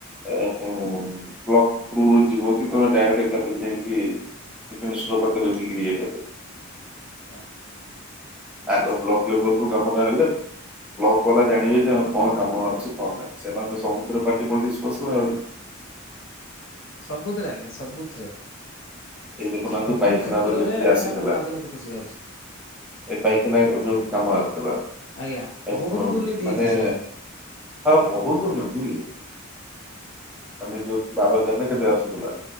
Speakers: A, in the centre; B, on the left.
A: ଆ ପ ବ୍ଲକ୍ କୁ ଯିବକି ତମେ ଡାଇରେକ୍ଟ ଏକାଥରେ ଯାଇଁକି କିନ୍ତୁ ମିଶ୍ର ପାଖରେ ବି ଇଏ କଲେ।
B: ଆଜ୍ଞା।
A: ଆଗ ବ୍ଲକ ଲେବଲ କୁ କାମ ଟା ହେଲେ ବ୍ଲକ୍ ବେଲା ଜାଣିବେ ଯେ ହଁ କଣ କାମ ଅଛି କଣ ନାଇଁ। ସେମାନେ ତ ସବୁଥିରେ ପାର୍ଟି ପଲିଟିକ୍ସ ପସିଲା ଆଉ।
B: ସବୁଥେରେ ଆଜ୍ଞା, ସବୁଥେରେ।
A: ଏଇ ଦେଖୁନାହାନ୍ତି
B: ସବୁ
A: ପାଇଖାନାର
B: କ୍ଷେତ୍ରରେ
A: ଯେତିକି
B: ଆଜ୍ଞା
A: ଆସିଥିଲା
B: ରାଜନୀତି ପଷି ଯାଉଛି।
A: ଏ ପାଇକିନା ଏ ଯୋଉ କାମ ଆସିଥିଲା
B: ଆଜ୍ଞା
A: ଏ
B: ବହୁତ
A: ବ
B: ଦୁର୍ନୀତି ହେଇଛି
A: ମାନେ
B: ସେଥିରେ
A: ହଁ ବହୁ ଦୁର୍ନୀତି ମାନେ ଯଉ ବାର ହଜାର ନାଁ କେତେ ଆସୁଥିଲା?